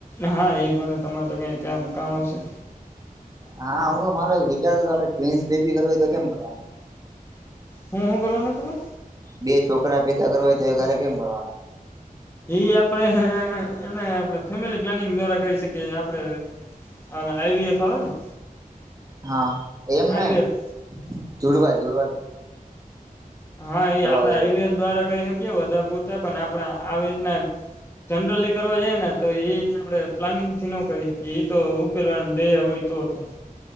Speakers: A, on the left (about 15°); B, on the right (about 25°).
A: હા એ બને તમારે તો ક્યાંક કામ આવશે.
B: હા હું મારે વિચારતો કે આપડે ટવિન્સ બેબી કરવું હોય તો કેમ કરવાનું.
A: હું, હું કરવાના તમે?
B: બે છોકરા પેદા કરવા, તો એક હારે કેમ કરવાના?
A: એ આપડે અને આપણે ફેમિલી પ્લાનિંગ દ્વારા કરી શકીએ આપણેે ઓલી આઈવી એફ આવેને?
B: હા એમ
A: આઈવીએફ
B: નહીં જુડવા જોડવા,
A: હા એ આપડા
B: હોય તો
A: એવીએફ દ્વારા કહી શકીએ <unintelligible> પૂરતા પણ આપણા આવી રીતના જનરલી કરવા જઈએ, ને તો એ આપણે પ્લાનિંગ થી ન કરી શકીએ, એ તો પહેલા દે હોય તો થાય.